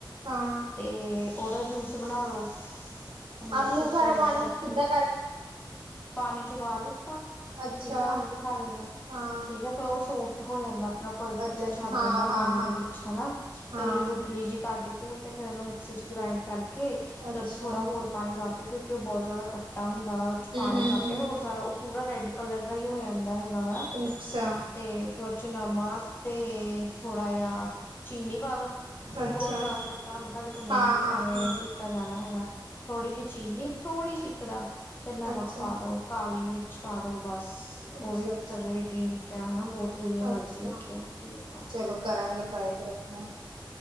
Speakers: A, on the right; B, on the left.
A: ਹਾਂ
B: ਤੇ ਓਦਾ ਜੂਸ ਬਣਾ ਲੋੋ ਓਨੂੰ ਮਿਕਸੀ
A: ਆਲੂ
B: ਚ
A: ਖਾਰਾ
B: ਗ੍ਰਾਇੰਡ
A: ਪਾਣੀ
B: ਕਰਕੇ,
A: ਕਿੱਦਾਂ
B: ਪਾਨੀ ਚ ਉਬਾਲ ਲਿੱਤਾ
A: ਅੱਛਾ
B: ਠੀਕ ਆ ਆਲੂ ਬੁਖਾਰੇ ਨੂੰ,
A: ਹਾਂ
B: ਠੀਕ ਆ ਫੇਰ ਓ ਸੋਫਟ ਹੋ ਜਾਂਦਾ ਆਪਣਾ ਪਲਪ
A: ਅੱਛਾ
B: ਜੇਆ
A: ਅੱਛਾ
B: ਛੱਡ
A: ਹਾਂ
B: ਦਿੰਦਾ
A: ਹਾਂ
B: ਪਾਨੀ
A: ਹਾਂ
B: ਦੇ ਵਿੱਚ ਹਨਾ
A: ਹਾਂ
B: ਤੇ ਓਦੀ ਗੁਟਲੀ ਜੀ ਕੱਢ ਕੇ। ਤੇ ਫੇਰ ਓਨੂੰ ਮਿਕਸੀ ਚ ਗਰਾਇਡ ਕਰਕੇ
A: ਅੱਛਾ
B: ਤੇ ਓਚ ਥੋੜ੍ਹਾ
A: ਹਮ
B: ਹੋਰ ਪਾਨੀ ਪਾ ਕੇ ਕਿਉਂਕਿ ਓ ਬੋਤ ਜਾਦਾ ਖੱਟ ਚਿੱਟਾ ਹੁੰਦਾ ਵਾ ਓਚ ਪਾਣੀ
A: ਹਮ
B: ਪਾ ਕੇ ਹੋਰ ਸਾਰਾ ਓ ਪੂਰਾ ਰੈਡ ਕਲਰ ਦਾ ਈ ਹੋ ਜਾਂਦਾ ਹੈਗਾ ਵਾ।
A: ਅੱਛਾ।
B: ਤੇ ਫੇਰ ਓਚ ਨਮਕ, ਤੇ ਥੋੜ੍ਹਾ ਯਾ ਚੀਨੀ ਪਾ ਦੋ। ਕਿਉਂਕਿ
A: ਅੱਛਾ
B: ਬੋਤ ਜਾਦਾ ਖੱਟਾ ਹੁੰਦ, ਤੁਆਡੇ ਕੋਲ ਨਈ
A: ਹਾਂ ਹਾਂ
B: ਐਵੇਂ
A: ਹਾਂ
B: ਪੀ ਤਾਂ ਜਾਣਾ ਹੈਗਾ, ਥੋੜ੍ਹੀ ਜੀ ਚੀਨੀ ਥੋੜ੍ਹੀ ਜੀ ਇੱਕਦਮ, ਤੇ ਨਮਕ
A: ਅੱਛਾ
B: ਪਾ ਦੋ। ਕਾਲੀ ਮਿਰਚ ਪਾ ਦੋ ਬਸ,
A: ਅੱਛਾ
B: ਓਵੀ ਏਕ
A: ਅੱਛਾ
B: ਤਰਾਂ ਦੀ ਡਰੀ ਕੈ ਹੈਨਾ ਬੋਤ ਵਧੀਆ ਲੱਗਦੀ
A: ਅੱਛਾ
B: ਏ ਪੀਨ ਨੂੰ
A: ਚਲੋ ਕਰਾਂਗੇ ਟਰਾਏ ਫਿਰ ਆਪਾ।